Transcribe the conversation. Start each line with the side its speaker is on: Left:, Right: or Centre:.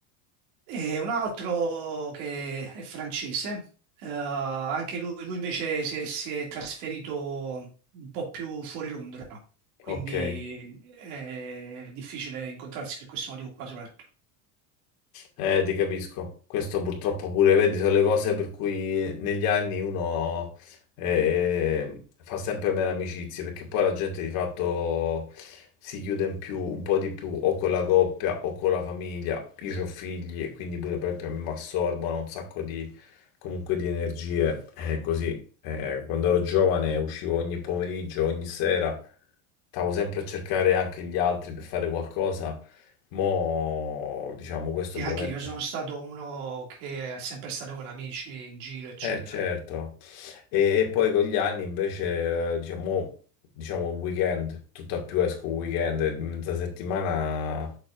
Right: E un altro che è francese, eh, anche lui, lui invece si è, si è trasferito un po' più fuori Londra, quindi
Left: ok.
Right: è difficile incontrarsi per questo motivo qua soprattutto.
Left: Eh, ti capisco. Questo purtroppo pure, vedi, sono le cose per cui negli anni uno eh, fa sempre meno amicizie, perché poi la gente di fatto si chiude in più, un po' di più, o con la coppia o con la famiglia. Io ho figli e quindi pure per esempio mi assorbono un sacco di, comunque di energie. È così. Eh, quando ero giovane uscivo ogni pomeriggio, ogni sera, stavo sempre a cercare anche gli altri per fare qualcosa. Mo', diciamo, questo
Right: E
Left: ovviamente.
Right: anche io sono stato uno che è sempre stato con amici in giro, eccetera.
Left: Eh certo, e, e poi con gli anni invece, eh, diciamo, diciamo il weekend, tutta più esco il weekend, e mezza settimana